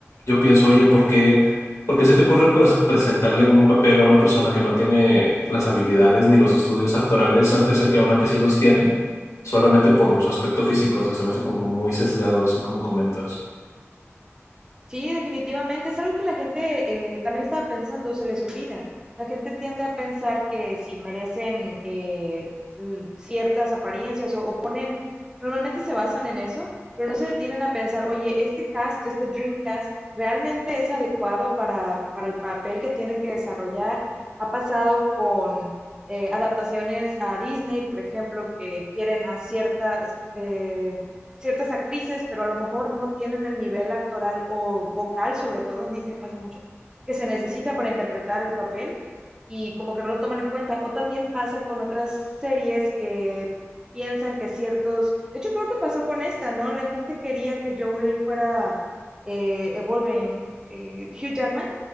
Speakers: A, on the left (about 90°); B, on the right (about 15°).
A: yo pienso, oye, ¿por qué, por qué se te ocurre pues, presentarle un papel a una persona que no tiene las habilidades ni los estudios actorales antes de que a una que sí los tiene? Solamente por su aspecto físico, o sea, se me hace como muy sesgado, así como comentas.
B: Sí, definitivamente. Es algo que la gente eh, también estaba pensando, se les olvida. La gente tiende a pensar que si merecen eh, l- ciertas apariencias o, o ponen, normalmente se basan en eso, pero no se detienen a pensar, oye, este cast, este dream cast, ¿realmente es adecuado para, para el papel que tienen que desarrollar? Ha pasado con eh, adaptaciones a Disney, por ejemplo, que quieren a ciertas eh, ciertas actrices, pero a lo mejor no tienen el nivel actoral o vocal, sobre todo en Disney pasa mucho, que se necesita para interpretar el papel y como que no lo toman en cuenta. O también pasa con otras series que piensan que ciertos, de hecho creo que pasó con esta, ¿no? La gente quería que Joel fuera eh, Wolverine, eh, Hugh Jackman,